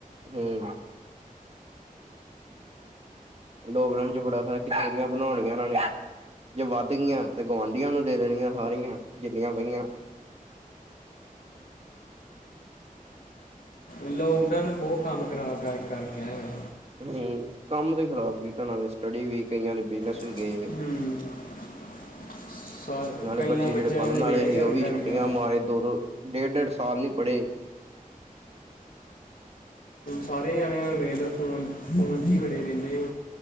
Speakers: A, on the right; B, on the left.
A: ਹੂੰ, ਲੋਕਡਾਊਨ ਚ ਬੜਾ <inaudible> ਹੋਇਆ, ਕਚੋਰੀਆਂ ਬਣਾਉਣੀਆਂ ਇਹਨਾਂ ਨੇ। ਜੇ ਵੱਧ ਗਈਆਂ, ਤੇ ਗੁਆਂਢੀਆਂ ਨੂੰ ਦੇ ਦੇਣੀਆਂ, ਸਾਰੀਆਂ ਜਿੰਨੀਆਂ ਪਈਆਂ
B: ਲੋਕਡਾਊਨ ਬਹੁਤ ਕੰਮ ਖਰਾਬ ਕਰ ਕਰਕੇ ਹੈਗਾ।
A: ਹੂੰ ਕੰਮ ਤੇ ਖ਼ਰਾਬ ਕੀ ਨਾਲੇ ਸਟੱਡੀ ਵੀ ਕਈਆਂ ਨੇ ਬਿਜਨਸ
B: ਹੂੰ,
A: ਵੀ ਗਏ।
B: ਸਾਰ
A: ਨਾਲੇ
B: ਕਈਆਂ
A: ਬੱਚੇ
B: ਬੱਚਿਆਂ
A: ਜਿਹੜੇ ਪੜ੍ਹਨ
B: ਦੇ ਵਿਹੜੇ
A: ਵਾਲੇ ਸੀ,
B: ਕਰ
A: ਉਹ ਵੀ
B: ਕਰ
A: ਛੁੱਟੀਆਂ
B: ਗਿਆ
A: ਮਾਰੇ ਦੋ ਦੋ ਡੇਢ-ਡੇਢ, ਸਾਲ ਨਹੀਂ ਪੜ੍ਹੇ।
B: ਸਾਰੇ ਜਾਣੇ ਵੇੇਲੋ ਫੋਨ ਫੋਨ 'ਚ ਹੀ ਬੜੇ ਰਹਿੰਦੇ ਆ।